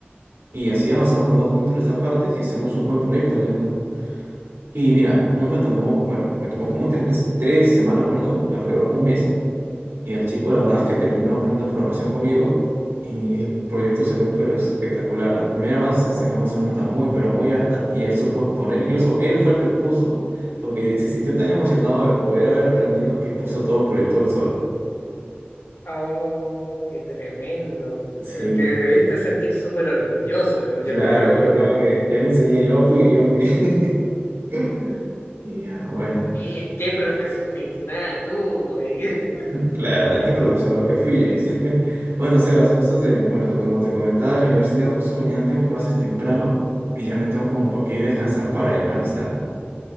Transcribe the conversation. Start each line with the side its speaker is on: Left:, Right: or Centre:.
Right: Y así avanzamos los dos juntos en nuestras partes y hacemos un buen proyecto, Leo, ¿no? Y mira, no me tomó, bueno, me tomó como tres meses, tres semanas, perdón, alrededor un mes. Y el chico, la verdad es que terminó aprendiendo programación conmigo y el proyecto salió pero espectacular. La primera avance sacamos una nota muy, pero muy alta y él supo exponer, incluso él fue el que expuso, porque se sintió tan emocionado de poder haber aprendido que expuso todo el proyecto él solo.
Left: Oh, qué tremendo.
Right: Sí,
Left: Eh, Te debiste sentir súper orgulloso, lo-
Right: claro,
Left: yo creo, de haber
Right: fue
Left: logrado
Right: como que
Left: eso.
Right: yo le enseñé, yo fui, yo fui. <laughs> Y ya, bueno.
Left: Y qué profesor, ni qué nada, tú. Ahí. <laughs>
Right: Claro, nada, qué profesor, ok,
Left: Qué
Right: fui
Left: bueno.
Right: James. <laughs> Bueno, Sebas, justo te, bueno, te- como te comentaba de la universidad, justo mañana tengo clases temprano y ya me tengo como por qué ir a descansar para irme alistando.